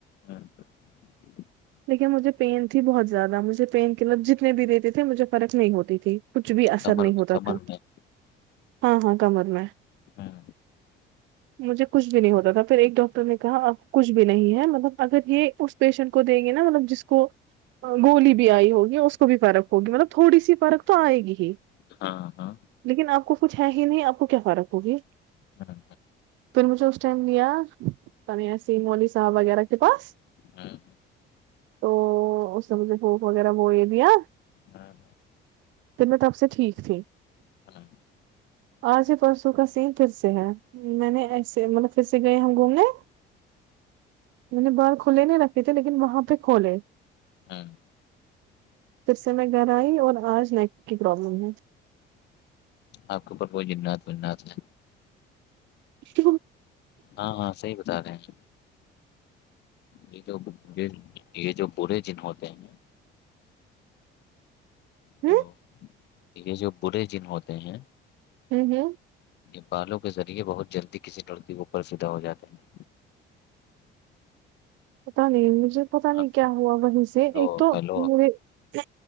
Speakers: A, on the left; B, on the right.
A: ہاں <unintelligible>
B: لیکن مجھے پین تھی بہت زیادہ مجھے پین کےلب جتنے بھی دیتے تھے مجھے فرق نہیں ہوتی تھی کچھ بھی اثر
A: کمر
B: نہیں
A: میں
B: ہوتا
A: کمر
B: تھا
A: میں
B: ہاں ہاں کمر میں
A: ہاں
B: مجھے کچھ بھی نہیں ہوتا تھا پھر ایک ڈاکٹر نے کہا اب کچھ بھی نہیں ہے مطلب اگر یہ اس پیشنٹ کو دیں گے نا مطلب جس کو گولی بھی آئی ہوگی اس کو بھی فرق ہوگی مطلب تھوڑی سی فرق تو آئے گی ہی
A: ہاں ہاں
B: لیکن آپ کو کچھ ہے ہی نہیں آپ کو کیا فرق ہوگی؟
A: ہاں
B: پھر مجھے اس ٹائم لیا پنیا سین واللی صاحب وغیرہ کے پاس
A: ہاں
B: تو اس سے مجھے بھوک وغیرہ وہ یہ دیا
A: ہاں
B: پھر میں تب سے ٹھیک تھی
A: ہاں
B: آج ہی پرسوں کا سین پھر سے ہے میں نے ایسے مطلب پھر سے گئے ہ گھومنے میں نے باہر کھلے نہیں رکھے تھے لیکن وہاں پہ کھولے
A: ہاں
B: پھر سے میں گھر آئی اور آج نیک کی پرابلم ہے
A: آپ کے اوپر کوئی جنات ونات ہے
B: ش
A: ہاں ہاں صحیح بتا رہے ہیں یہ جو یہ یہ جو بورے جن ہوتے ہیں
B: ہ
A: ہلو یہ جو برے جن ہوتے ہیں
B: ہوں ہوں
A: یہ بالوں کے ذریعے بہت جلدی کسی لڑکی کے اوپر فدا ہو جاتے ہیں
B: پتا نہیں مجھے پتا
A: ہیں
B: نہیں کیا ہوا وہیں سے
A: ہلو
B: ایک تو
A: ہلو
B: م ہ